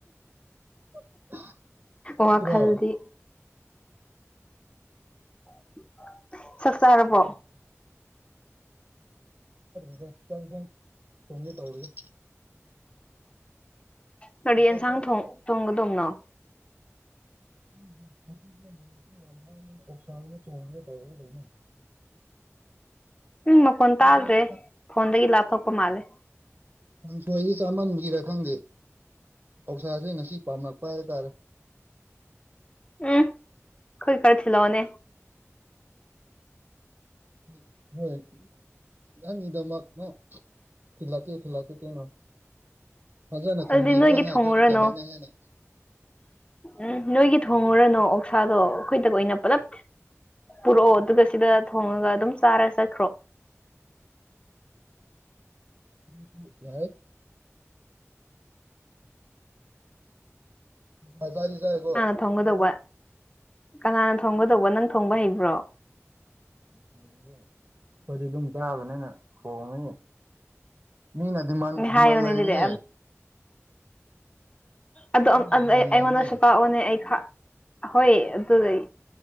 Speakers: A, on the right; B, on the left.
A: <unintelligible> ꯅꯠꯇ꯭ꯔꯣ
B: ꯋꯥꯈꯜꯗꯤ <unintelligible> ꯆꯥꯔꯕꯣ
A: <unintelligible> <unintelligible> ꯊꯣꯡꯒꯦ ꯇꯧꯔꯤꯌꯦ
B: ꯀꯔꯤ
A: ꯉꯁꯥꯏꯗꯣ
B: ꯌꯦꯟꯁꯥꯡ ꯊꯣꯡ ꯊꯣꯡꯒꯗꯧꯕꯅꯣ
A: <unintelligible>
B: ꯎꯝ ꯃꯈꯣꯟ
A: ꯀꯥꯡꯁꯣꯏ
B: ꯇꯥꯗ꯭ꯔꯦ ꯐꯣꯟꯗꯒꯤ ꯂꯥꯞꯊꯣꯛꯄ ꯃꯥꯜꯂꯦ꯫
A: ꯀꯡꯁꯣꯏꯖꯤ ꯆꯥꯃꯟꯕꯒꯤꯔ ꯈꯪꯗꯦ ꯑꯣꯛꯁꯥꯖꯦ ꯉꯁꯤ ꯄꯥꯝꯂꯛꯄ ꯍꯥꯏꯇꯥꯔꯦ
B: ꯎꯝ ꯑꯩꯈꯣꯏ ꯈꯔ ꯊꯤꯜꯂꯛꯑꯣꯅꯦ
A: <unintelligible> ꯅꯍꯪꯒꯤꯗꯃꯛ ꯅ ꯊꯤꯜꯂꯛꯀꯦ ꯊꯤꯜꯂꯛꯀꯦ ꯇꯦꯡꯅꯣ ꯐꯖꯅ
B: ꯑꯗꯨꯗꯤ
A: ꯊꯣꯡꯕꯤꯔꯒ
B: ꯅꯣꯏꯒꯤ
A: ꯍ
B: ꯊꯣꯡꯉꯨꯔꯅꯣ
A: ꯅꯪꯒꯤꯗꯃꯛꯅꯦ ꯍꯥꯏꯅ
B: ꯎꯝ ꯅꯣꯏꯒꯤ ꯊꯣꯡꯉꯨꯔꯅꯨ ꯑꯣꯛꯁꯥꯗꯣ ꯑꯩꯈꯣꯏꯗꯒ ꯑꯣꯏꯅ ꯄꯨꯜꯂꯞ ꯄꯨꯔꯛꯑꯣ ꯑꯗꯨꯒ ꯁꯤꯗ ꯊꯣꯡꯉꯒ ꯑꯗꯨꯝ ꯆꯥꯔ ꯆꯠꯈ꯭ꯔꯣ
A: <unintelligible> ꯑꫭꯛꯁꯥ ꯆꯥꯗꯤ ꯆꯥꯏꯌꯦꯀꯣ
B: ꯀꯅꯥꯅ ꯊꯣꯡꯒꯗꯧꯕ ꯀꯅꯥꯅ ꯊꯣꯡꯒꯗꯧꯕ ꯅꯪ ꯊꯣꯡꯕ ꯍꯩꯕ꯭ꯔꯣ
A: <inaudible> ꯑꯩꯈꯣꯏꯗꯤ ꯑꯗꯨꯝ ꯆꯥꯕꯅꯤꯅ ꯊꯣꯡꯉꯅꯤ ꯃꯤꯅ ꯗꯤꯃꯥꯟ
B: ꯍꯥꯏꯌꯣꯅꯦ
A: ꯗꯤꯃꯥꯟ ꯂꯩꯕꯅꯦ
B: ꯑꯗꯨꯗꯤ ꯑꯗꯨ <unintelligible>
A: ꯃꯤꯅ ꯗꯤꯃꯥꯟ
B: ꯑꯩꯉꯣꯟꯗꯁꯨ
A: ꯂꯩꯕꯅꯦ
B: ꯄꯥꯛꯑꯣꯅꯦ ꯑꯩ ꯍꯣꯏ ꯑꯗꯨꯗꯤꯩ